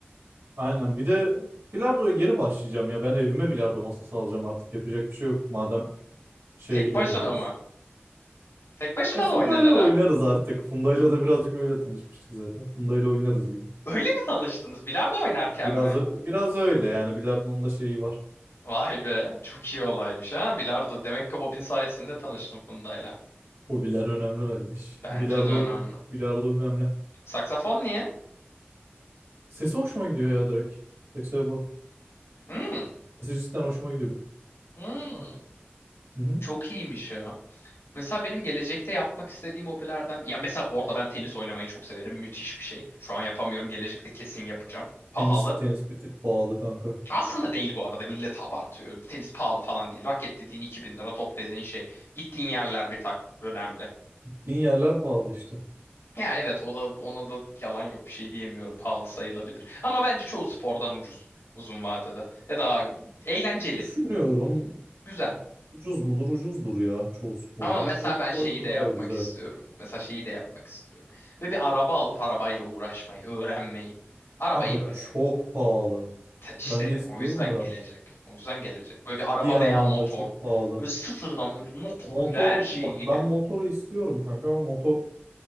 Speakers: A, on the right; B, on the left.
A: Aynen. Bir de bilardoya geri başlayacağım ya. Ben evime bilardo masası alacağım artık. Yapacak bir şey yok. Madem şeye
B: Tek
A: gidemiyoruz.
B: başına mı? Tek başına
A: E Funda'yla
B: da oynanır
A: oynarız artık. Funda'yla da birazcık öyle tanışmıştık zaten. Funda'yla oynarız gibi.
B: Öyle mi tanıştınız? Bilardo oynarken
A: Biraz
B: mi?
A: ö- biraz öyle yani. Bilardo'nun da şeyi var.
B: Vay be, çok iyi olaymış ha. Bilardo. Demek ki hobin sayesinde tanıştım Funda'yla.
A: Hobiler önemli kardeş.
B: Bence
A: Bilardo
B: de önemli.
A: bilardo önemli.
B: Saksafon niye?
A: Sesi hoşuma gidiyor ya direkt. Tek sebebi o.
B: Hmm,
A: Sesi cidden hoşuma gidiyor.
B: hmm.
A: Hı hı.
B: Çok iyiymiş ya. Mesela benim gelecekte yapmak istediğim hobilerden... Ya mesela bu arada ben tenis oynamayı çok severim. Müthiş bir şey. Şu an yapamıyorum. Gelecekte kesin yapacağım. Pahalı.
A: Tenis tenis bir tık pahalı kanka.
B: Aslında değil bu arada. Millet abartıyor. Tenis pahalı falan değil. Raket dediğin 2000 lira, top dediğin şey. Gittiğin yerler bir tak önemli.
A: Gittiğin yerler pahalı işte.
B: Ya evet o da ona da yalan yok bir şey diyemiyorum pahalı sayılabilir. Ama bence çoğu spordan ucuz uzun vadede ve daha eğlenceli,
A: Düşünüyorum
B: güzel.
A: ucuz mudur? Ucuzdur ya çoğu spordan.
B: Ama mesela
A: Çoğu
B: ben
A: spora
B: şeyi
A: göre
B: de
A: daha
B: yapmak
A: ucuz evet.
B: istiyorum. Mesela şeyi de yapmak istiyorum. Ve bir araba alıp arabayla uğraşmayı, öğrenmeyi. Arabayı
A: Kanka
B: böyle
A: çok pahalı.
B: te- işte
A: Ben de istiyorum
B: o yüzden
A: da
B: gelecek. O yüzden gelecek. Böyle
A: ciddi
B: bir araba
A: anlamda
B: veya motor.
A: çok pahalı.
B: Böyle sıfırdan böyle motoruyla
A: Motor
B: her şeyiyle.
A: bak ben motoru istiyorum kanka ama motor